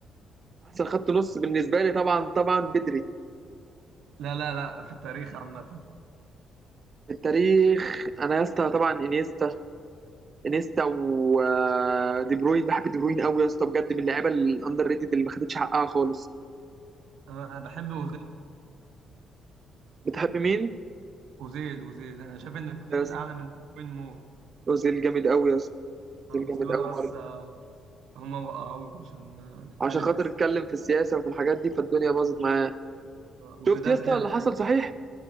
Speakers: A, on the right (about 40°); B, on the right (about 80°).
A: احسن خط نص بالنسبه لي طبعا طبعا بدري
B: لا لا لا في التاريخ عامة
A: في التاريخ انا يا اسطى طبعا انيستا انيستا ودي بروين بحب دي بروين قوي يا اسطى بجد من اللعيبه الاندر ريتد اللي ما خدتش حقها خالص
B: أنا أنا بحب أوزيل
A: بتحب مين
B: أوزيل أوزيل أنا شايف إن
A: آه،
B: أوزيل
A: يا اسطى
B: أعلى من وين موت
A: اوزيل جامد قوي يا اسطى اوزيل
B: آه، بس
A: جامد
B: لولا
A: قوي
B: بس
A: برضه
B: آه، هما وقعوه عشان آه، نتكلم
A: عشان خاطر
B: في السياسة
A: اتكلم في السياسه وفي الحاجات دي فالدنيا باظت معاه
B: آه، وزيدان
A: شفت يا اسطى
B: حلو
A: اللي حصل صحيح